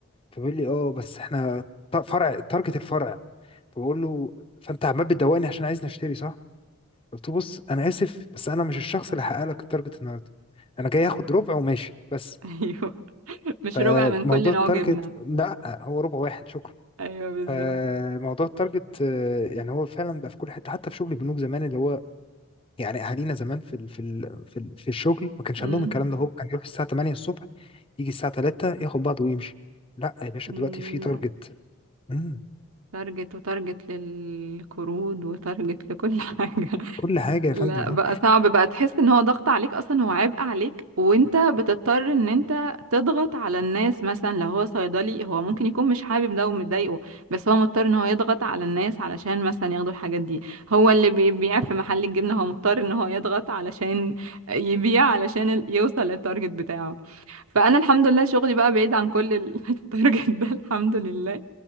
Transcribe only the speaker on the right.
<laughs> ايوه مش
ربع من كل نوع
جبنة
ايوه بالظبط
مم.
مم.
لا
تارجت وتارجت للقروض وتارجت لكل <laughs> حاجة
لا
بقى صعب بقى تحس ان هو ضغط عليك اصلا هو عبء عليك وانت بتضطر ان انت تضغط على الناس مثلا لو هو صيدلي هو ممكن يكون مش حابب ده ومضايقه بس هو مضطر ان هو يضغط على الناس علشان مثلا ياخدوا الحاجات دي هو اللي بيبيع في محل الجبنة هو مضطر ان هو يضغط علشان يبيع علشان ال- يوصل للتارجت بتاعه فانا الحمد لله شغلي بقى بعيد عن كل ال- <laughs> التارجت ده الحمد لله